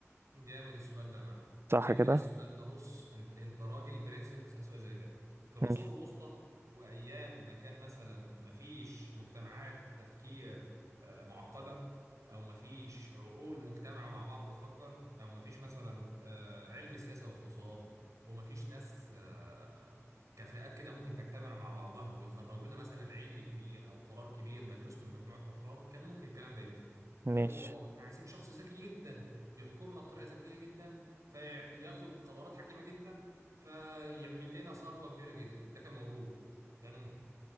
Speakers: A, on the right; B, on the right.
A: جامد السؤال ده يا معلم
B: صح
A: جامد
B: كده؟
A: السؤال ده بص انت انت راجل برنس انت تسال سؤال زي ده في العصور
B: ماشي
A: الوسطى وايام ما كان مثلا ما فيش مجتمعات تفكير آه، معقده او ما فيش عقول مجتمعه مع بعض بتفكر او ما فيش مثلا آه، علم سياسه واقتصاد وما فيش ناس آه، كفاءات كده ممكن تجتمع مع بعضها ويخرجوا لنا مثلا علم كبير او قرار كبير مدروس من مجموعه افراد كان ممكن الكلام ده ينفع
B: ماشي
A: اللي هو اه احنا عايزين شخص ذكي جدا يحكمنا بطريقه ذكيه جدا فياخد قرارات حكيمه جدا فيعمل لنا ثروه كبيره جدا ده كان موجود لا ننكر